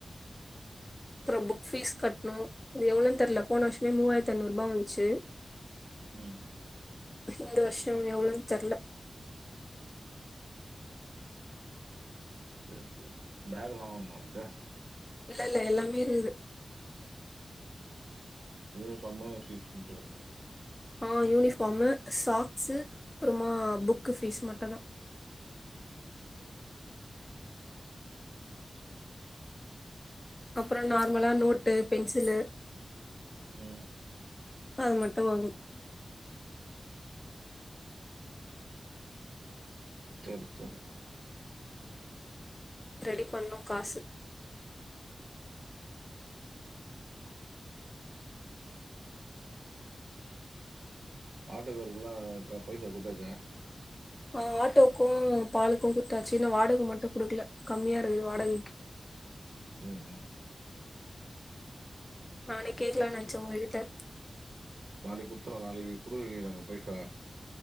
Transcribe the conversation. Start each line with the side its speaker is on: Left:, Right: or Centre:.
Left: அப்பறம் புக் ஃபீஸ் கட்ணு அது எவ்ளோன் தெர்ல போன வருஷமே மூவாயிரத்துஐநூற்பா வந்ச்சு
Right: ம் ம்
Left: இந்த வர்ஷோ எவ்ளோன் தெர்ல
Right: சர் சர் பேக்லா வாங்னுமா அவ்ள்து
Left: இல்லல்ல எல்லாமே இருக்குது
Right: யூனிஃபாமு ஃபீஸ் மட்டு கட்ணு
Left: ஆ யூனிஃபாமு சாக்ஸு அப்பறமா புக்கு ஃபீஸ் மட்டு தா அப்றோ நார்மலா நோட்டு பென்சிலு
Right: ம்
Left: அது மட்டு வாங்கு
Right: செரி செரி
Left: ரெடி பண்ணு காசு
Right: ஆட்டோக்காருக்லா கா ப பைசா குட்த்தாச்சா
Left: ஆ ஆட்டோக்கு பாலுக்கு குட்த்தாச்சு இன்னு வாடக மட்டு குடுக்கல கம்மியா இருக்குது வாடகைக்கு
Right: ம் ம்
Left: நானே கேக்லான் நென்ச்சே உங்ககிட்ட
Right: நாளைக் குத்துருவே நாளைக்கு குடு நீ அங்க பைசா